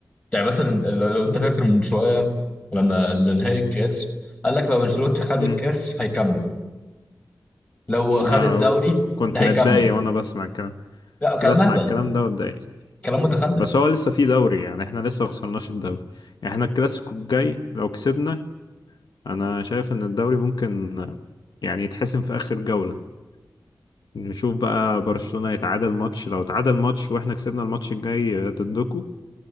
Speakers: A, on the left; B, on the left.
A: يعني مثلا لو لو انت فاكر من شويه لما نهائي الكاس قال لك لو انشيلوتي خد
B: امم
A: الكاس هيكمل لو
B: ب-
A: خد الدوري
B: ك- كنت
A: ده هيكمل
B: بتضايق وانا بسمع الكلام
A: لا
B: كنت
A: كلام
B: بسمع
A: اهبل
B: الكلام ده واتضايق
A: كلام متخلف
B: بس هو لسه في دوري يعني احنا لسه ما خسرناش الدوري يعني احنا الكلاسيكو الجاي لو كسبنا انا شايف ان الدوري ممكن يعني يتحسم في اخر جولة نشوف بقى برشلونة يتعادل ماتش لو اتعادل ماتش واحنا كسبنا الماتش الجاي ضدكم